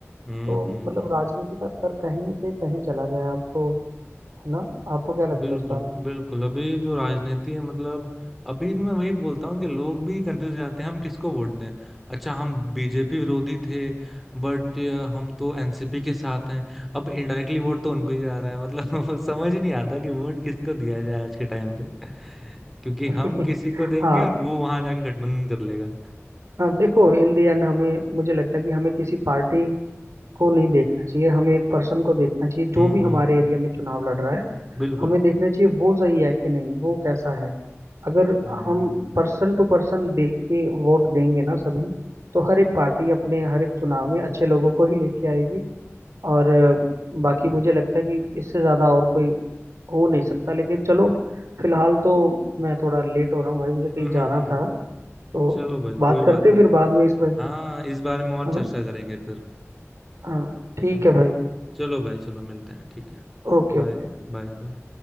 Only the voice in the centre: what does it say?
हम्म
हम्म
हम्म
हम्म।
बिल्कुल
बिल्कुल अभी जो राजनीति है मतलब अभी मैं वही बोलता हूँ कि लोग भी कंफ्यूज जाते हैं हम किसको वोट दें अच्छा हम बीजेपी विरोधी थे बट हम तो एनसीपी के साथ हैं अब इनडायरेक्टली वोट तो उनको ही जा रहा है मतलब <laughs> समझ ही नहीं आता कि वोट किसको दिया जाए आज के टाइम पे <laughs> क्योंकि हम
किसी
को देंगे
और वो वहां जाके गठबंधन कर लेगा
हम्म
बिल्कुल
हम्म
हम्म हम्म
हम्म।
चलो भाई कोई
बात
नहीं
हाँ इस बारे में और
चर्चा
करेंगे फिर
हम्म,
चलो भाई चलो मिलते हैं ठीक है
Bye
bye bye